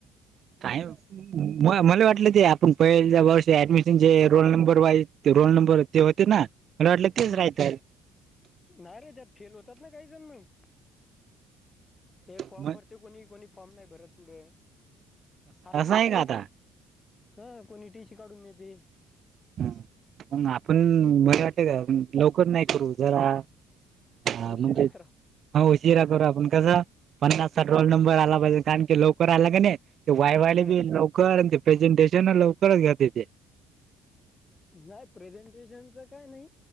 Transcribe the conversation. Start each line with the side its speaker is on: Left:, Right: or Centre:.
Right: काय व.. म.. मला वाटलं ते अप पण पहिले वर्षी ऍडमिशनचे रोल नंबर वाइज ते रोल नंबर ते होते ना मला वाटलं तेच
Left: हम्म..
Right: राहतय
Left: नाही रे, त्यात फेल होतात ना काही जण मग ते फॉर्म
Right: मग
Left: भरते कोणी कोणी फॉर्म नाही भरत पुढे असं बन
Right: आहे
Left: राहिज
Right: का आता
Left: हं कोणी टीशी काढून नेते.
Right: ह प आपण मला वाट का लवकर नाही करू जरा हा..
Left: उशिरा
Right: म्हणजे
Left: करा
Right: ह उशिरा करू आपण कस पन्नास- साठ रोल नंबर आला पाहिजे कारण की लवकर आला का नाही ते वायवाले
Left: हा.
Right: बी लवकर ते प्रेझेंटेशन लवकरच घेत ते
Left: व्हयं प्रेझेंटेशनच काय नाही.